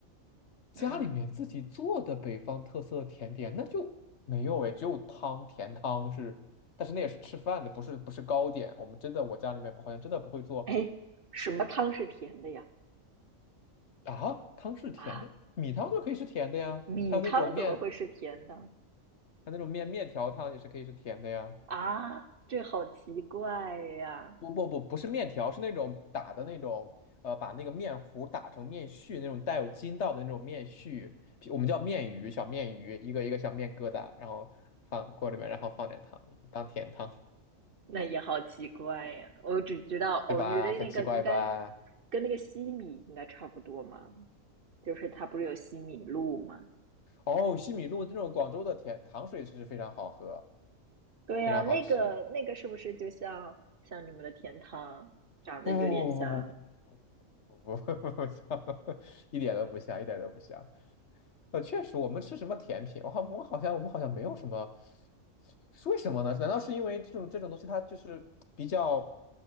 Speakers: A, on the left; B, on the right.
A: 家里面自己做的北方特色甜点，
B: 嗯，
A: 那就没有哎，只有汤，甜汤是，但是那也是吃饭的，不是不是糕点。我们真的，我家里面好像真的不会做
B: 哎，什么汤是甜的呀？
A: 啊，汤是甜的，
B: 啊，
A: 米汤就可以是甜的呀，
B: 米汤怎么会是甜的？
A: 还有那种面，还有那种面面条汤也是可以是甜的呀。
B: 啊，这好奇怪呀！
A: 不不不，不是面条，是那种打的那种，呃，把那个面糊打成面絮，那种带有筋道的那种面絮，我们叫面鱼，小面鱼，一个一个小面疙瘩，然后放锅里面，然后放点糖当甜汤。
B: 那也好奇怪呀！我只知道哦，
A: 是吧很奇怪吧
B: 你的那个应该跟那个西米应该差不多嘛，就是它不是有西米露吗？
A: 哦西米露这种广州的甜糖水其实非常好喝
B: 对呀，
A: 非常好吃
B: 那个那个是不是就像像你们的甜汤长得有点像？
A: 不不不不不不不不不不不不不不不不一点都不像一点都不像呃，确实，我们吃什么甜品？我好，我好像我们好像没有什么，是为什么呢？难道是因为这种这种东西它就是比较，